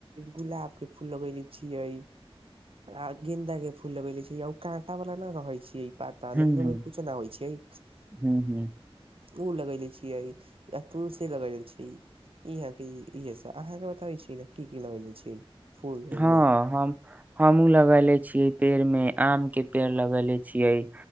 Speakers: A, on the right; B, on the right.
A: गुलाब के फूल लगेले छियै आ गेन्दा के फूल लगले छी ओ काँटा वाला ने रहे छियै। पता लेकिन
B: हूँ हूँ
A: ओहिमे कुछो नहि होइ छै।
B: हूँ हूँ
A: ओ लगैले छियै। य तुलसी लग छै इहां के इहे सब अहाँ के बताबै छी ने की की लगेले छी। फूल उल
B: हँ
A: मे
B: हम हमूँ लगेले छियै पेड़ मे। आम के पेड़ लगेले छीये।